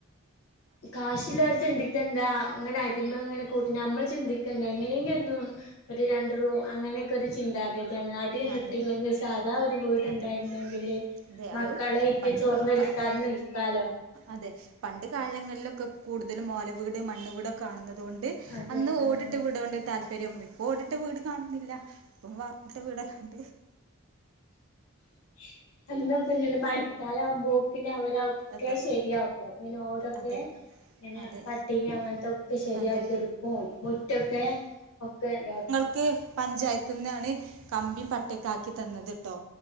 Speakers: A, on the left; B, on the right.
A: കാശുള്ളവർ ചിന്തിക്ക എന്താ അങ്ങനെ അതിമ അങ്ങനെ കൂട്ട നമ്മൾ ചിന്തിക്കണ്ട എങ്ങനെങ്കില ഒരു രണ്ട് റൂ അങ്ങനെ ഒരു ചിന്താഗതിയാണ് അടി
B: അതെ
A: നുട്ടില്ലെങ്കിൽ സാധാ ഒരു വീട്ണ്ടായിരുന്നെങ്കില്
B: അതെ അതെ
A: മക്കളെ
B: അത്
A: ഇരുത്തി
B: പണ്ട്
A: ചോർന്നൊലിക്കാതെ നിൽക്കാലോ
B: അതെ പണ്ട് കാലങ്ങളിലൊക്കെ കൂടുതലും മോല വീട് മണ്ണ് വീട് കാണുന്നത് കൊണ്ട്
A: അതെ
B: അന്ന്
A: ആ
B: ഓടിട്ട്
A: ആ
B: വിടേണ്ട താല്പര്യം തരും ഇപ്പൊ ഓടിട്ട വീട് കാണുന്നില്ല ഇപ്പം വാർപ്പിട്ട വീടക്കണ്ട്
A: <inaudible> അന്ന് നോക്കഞ്ഞല് മഴക്കാല ആകുമ്പോക്കന്നെ അവരൊക്കെ
B: അതെ
A: ശെരിയാക്കും ഇങ്ങനോടൊക്കെ
B: അതെ
A: ഇങ്ങനെ
B: അതെ
A: പട്ടിക അങ്ങനത്തൊക്കെ ശരിയാക്കി
B: അതെ
A: എടുക്കും മുറ്റൊക്കെ ഒക്കെ ഇതാക്കും
B: ക്ക് പഞ്ചായത്ത്ന്നാണ് കമ്പിയും പട്ടയൊക്കെ ആക്കി തന്നത്ട്ടോ